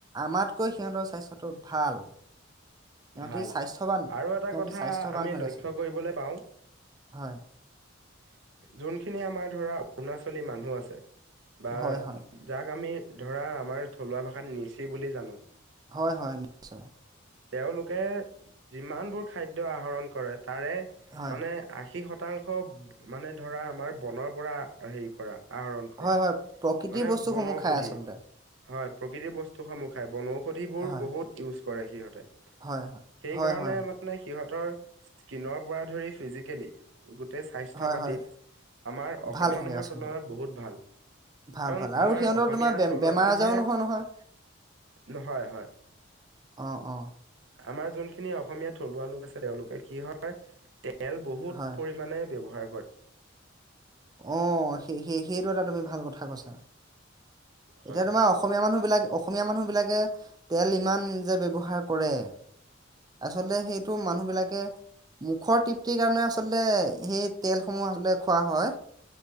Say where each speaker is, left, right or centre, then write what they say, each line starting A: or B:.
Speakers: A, on the right (about 20°); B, on the right (about 65°).
A: আমাক কৈ সিহঁতৰ স্বাস্থ্যটো ভাল সিহঁতি
B: ভাল
A: স্বাস্থ্যৱান
B: আৰু এটা
A: সিহঁতি
B: কথা
A: স্বাস্থ্যৱান
B: আমি
A: হৈ
B: লক্ষ্য
A: আছে
B: কৰিবলৈ পাওঁ
A: হয়।
B: যোনখিনি আমাৰ ধৰা অৰুণাচলী মানুহ আছে বা
A: হয় হয়
B: যাক আমি ধৰা আমাৰ থলুৱা ভাষাত নিচি বুলি জানো
A: হয় হয় নিশ্চয়।
B: তেওঁলোকে যিমানবোৰ খাদ্যয় আহৰণ কৰে তাৰে
A: হয়
B: মানে আশীত শতাংশ মানে ধৰা আমাৰ বনৰ পৰা হেৰি কৰা আহৰণ কৰা
A: হয় হয় প্ৰকৃতিৰ
B: মানে
A: বস্তুসমূহ
B: বনৌষধি
A: খাই আচলতে
B: হয় প্ৰকৃতিৰ বস্তুসমূহ খাই বনৌষধিবোৰ
A: হয়
B: বহুত ইউজ কৰে সিহঁতে।
A: হয় হয়
B: সেইকাৰণে
A: হয় হয়
B: মানে সিহঁত সিহঁতৰ স্কিনৰ পৰা ধৰি ফিজিকেলি গোটেই স্বাস্থ্যৰ পাতি
A: হয় হয়
B: আমাৰ অসমীয়া
A: ভাল থাকে
B: মানুহৰ
A: আচলতে
B: তুলনাত বহুত ভাল
A: ভাল
B: কাৰণ
A: ভাল
B: আমাৰ
A: আৰু সিহঁতৰ
B: অসমীয়া
A: তোমাৰ বে
B: থলুৱা
A: বেমাৰ
B: মানুহে
A: আজাৰো নহয় নহয়
B: নহয় হয়।
A: অ অ
B: আমাৰ যোনখিনি অসমীয়া থলুৱা লোক আছে তেওঁলোকে কি হয় তেল বহুত
A: হয়
B: পৰিমাণে ব্যৱহাৰ কৰে। হয়।
A: আহ সেই সেই সেইটো এটা তুমি ভাল কথা কৈছা।
B: হয়
A: এতিয়া তোমাৰ অসমীয়া মানুহ বিলাক অসমীয়া মানুহ বিলাকে তেল ইমান যে ব্যৱহাৰ কৰে আচলতে সেইটো মানুহ বিলাকে মুখৰ তৃপ্তিৰ কাৰণে আচলতে সেই তেলসমূহ আচলতে খোৱা হয়।